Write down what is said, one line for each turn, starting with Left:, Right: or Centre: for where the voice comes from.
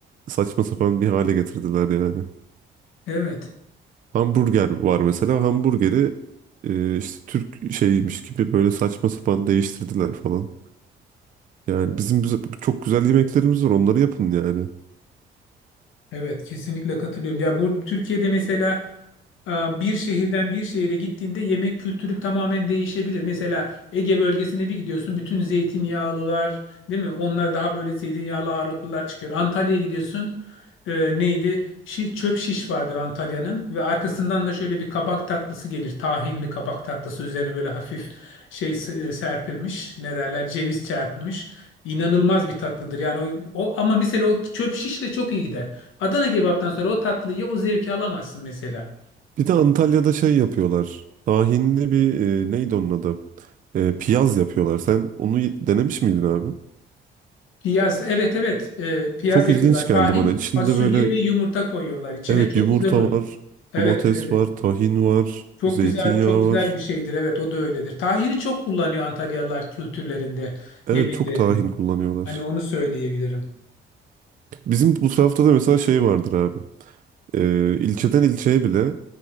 Right: saçma sapan bir hale getirdiler yani.
Left: Evet.
Right: Hamburger var mesela. Hamburgeri e, işte Türk şeymiş gibi böyle saçma sapan değiştirdiler falan. Yani bizim bize- çok güzel yemeklerimiz var. Onları yapın yani.
Left: Evet, kesinlikle katılıyorum. Ya bu Türkiye'de mesela e, bir şehirden bir şehire gittiğinde yemek kültürü tamamen değişebilir. Mesela Ege bölgesine bir gidiyorsun, bütün zeytinyağlılar, değil mi? Onlar daha böyle zeytinyağlı ağırlıklılar çıkıyor. Antalya'ya gidiyorsun, e, neydi? Şi- çöp şiş vardır Antalya'nın ve arkasından da şöyle bir kabak tatlısı gelir. Tahinli kabak tatlısı üzerine böyle hafif şey s- serpilmiş, ne derler? Ceviz çarpılmış. İnanılmaz bir tatlıdır. Yani o, o ama mesela o çöp şişle çok iyi gider. Adana kebaptan sonra o tatlıyı o zevki alamazsın mesela.
Right: Bir de Antalya'da şey yapıyorlar. Tahinli bir e, neydi onun adı? E, piyaz yapıyorlar. Sen onu ye- denemiş miydin abi?
Left: Piyaz evet evet e, piyaz
Right: Çok ilginç
Left: yapıyorlar.
Right: geldi
Left: Tahin,
Right: bana. İçinde
Left: fasulye
Right: böyle
Left: ve yumurta koyuyorlar içine.
Right: evet
Left: Çok
Right: yumurta
Left: güzel oluyor.
Right: var,
Left: Evet
Right: domates
Left: e,
Right: var, tahin var,
Left: çok
Right: zeytinyağı
Left: güzel çok güzel
Right: var.
Left: bir şeydir. Evet o da öyledir. Tahini çok kullanıyor Antalyalılar kültürlerinde,
Right: Evet
Left: yemeklerinde.
Right: çok tahin kullanıyorlar.
Left: Hani onu söyleyebilirim.
Right: Bizim bu tarafta da mesela şey vardır abi. Ee, ilçeden ilçeye bile